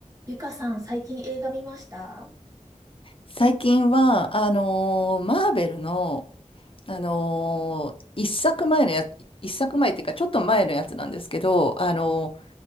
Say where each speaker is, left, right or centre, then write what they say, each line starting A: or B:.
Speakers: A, on the right (about 25°); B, on the left (about 45°).
A: ゆかさん、最近映画見ました
B: 最近は、あのーマーベルの、あのー一作前のや、一作前っていうか、ちょっと前のやつなんですけど、あの